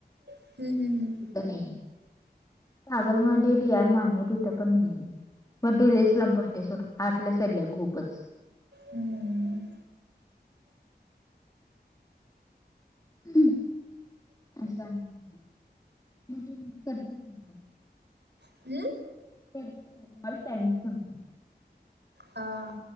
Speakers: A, on the right (about 85°); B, on the left (about 20°).
A: हम्मं हम्मं हमं
B: तंदी कागंल मध्यें डी आर माने देतां परंणी मं तेलेच लांबर्टे सो आंतल्या साईडला आहे खूपचं
A: हम्म हम्म
B: हम्मं असां म्हणजे करते रे
A: हम्मं
B: हम्मं असं आहे सांगलं
A: हां